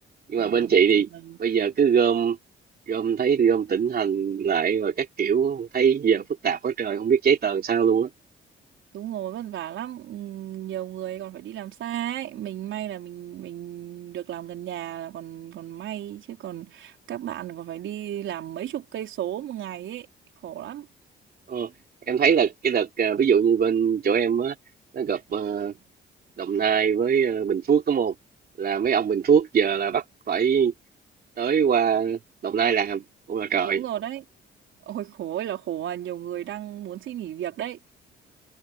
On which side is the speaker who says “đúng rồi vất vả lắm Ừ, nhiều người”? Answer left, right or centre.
Right